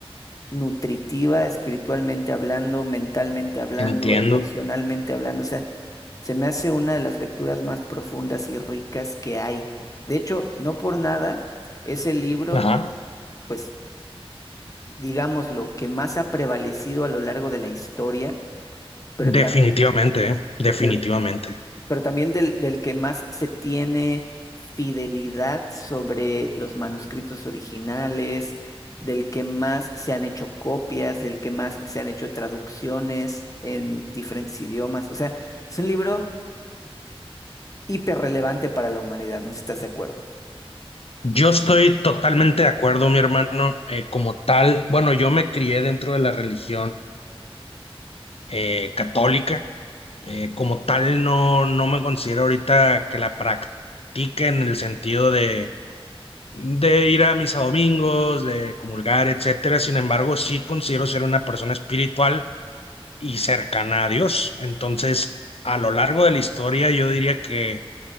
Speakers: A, on the left; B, on the left.
A: nutritiva, espiritualmente hablando, mentalmente hablando,
B: Entiendo.
A: emocionalmente hablando. O sea, se me hace una de las lecturas más profundas y ricas que hay. De hecho, no por nada, es el libro,
B: Ajá.
A: pues, digamos, lo que más ha prevalecido a lo largo de la historia, pero, tam-
B: Definitivamente, eh, Definitivamente.
A: pero pero también del, del que más se tiene fidelidad sobre los manuscritos originales, del que más se han hecho copias, del que más se han hecho traducciones en diferentes idiomas. O sea, es un libro hiperrelevante para la humanidad, ¿no estás de acuerdo?
B: Yo estoy totalmente de acuerdo, mi hermano. eh, como tal, bueno, yo me crié dentro de la religión eh, católica. Eh, como tal, no, no me considero ahorita que la practique en el sentido de, de ir a misa domingos, de comulgar, etcétera. Sin embargo, sí considero ser una persona espiritual y cercana a Dios. Entonces, a lo largo de la historia, yo diría que